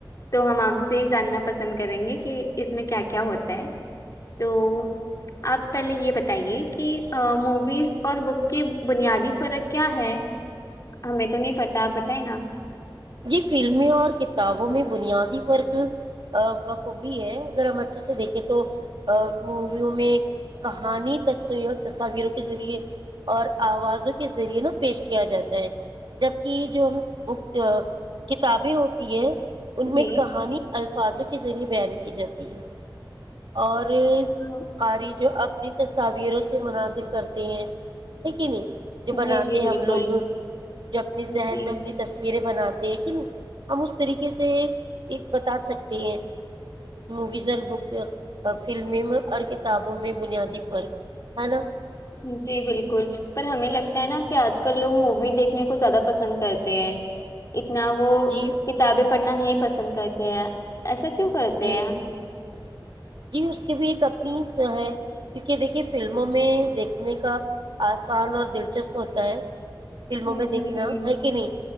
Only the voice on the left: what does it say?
تو ہم آپ سے یہ جاننا پسند کریں گے کہ اس میں کیا کیا ہوتا ہے تو آپ پہلے یہ بتائیے کہ اور بک کی بنیادی فرق کیا ہے ہمیں تو نہیں پتا آپ بتائ نا
جی
ہاں
جی جی
بالکل
جی
جی بالکل پر ہمیں لگتا ہے نا کہ آج کل لوگ مووی دیکھنے کو زیادہ پسند کرتے ہیں نہ وہ
کتابیں پڑھنا نہیں پسند کرتے ہیں ایسا کیوں کرتے
ہیں
ہ